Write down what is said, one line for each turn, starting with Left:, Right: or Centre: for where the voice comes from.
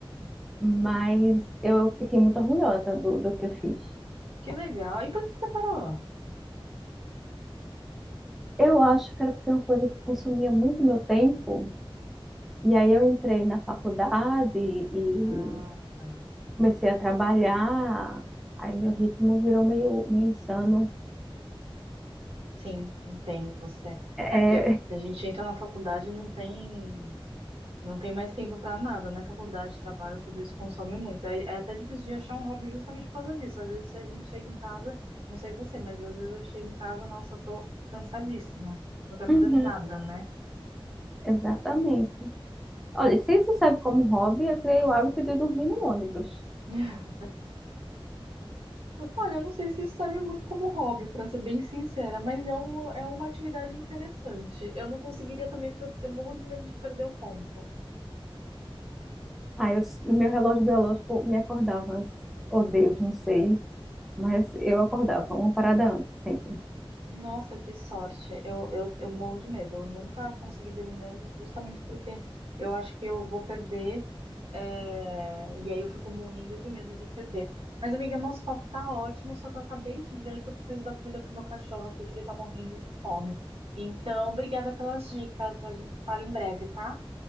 Centre: Mas eu fiquei muito orgulhosa do, do que eu fiz.
Right: Que legal. E por que você parou?
Centre: Eu acho que era porque é uma coisa que consumia muito meu tempo, e aí eu entrei na faculdade e
Right: Ah, tá.
Centre: comecei a trabalhar, aí meu ritmo virou meio, meio insano.
Right: Sim, entendo você.
Centre: É,
Right: É porque
Centre: <laughs>
Right: a gente entra na faculdade e não tem. Não tem mais tempo pra nada, né? Faculdade, trabalho, tudo isso consome muito. É, é até difícil de achar um hobby justamente por causa disso. Às vezes, se a gente chega em casa, não sei você, mas às vezes eu chego em casa, nossa, eu tô cansadíssima. Não quero
Centre: uhum,
Right: fazer nada, né?
Centre: exatamente. Olha, se isso serve como hobby, eu criei o hábito de dormir no ônibus.
Right: <laughs> Olha, eu não sei se isso serve muito como hobby, pra ser bem sincera, mas é, um, é uma atividade interessante. Eu não conseguiria também, porque eu morro de medo de perder o ponto.
Centre: Aí eu, meu relógio biológico me acordava, às- oh Deus, não sei, mas eu acordava uma parada antes sempre.
Right: Nossa, que sorte. Eu, eu, eu morro de medo. Eu nunca consegui dormir no ônibus justamente porque eu acho que eu vou perder. é, E aí eu fico morrendo de medo de perder. Mas, amiga, nosso papo tá ótimo, só que eu acabei de ver que eu preciso dar comida pro meu cachorro aqui, que ele tá morrendo de fome. Então, obrigada pelas dicas. A gente se fala em breve, tá?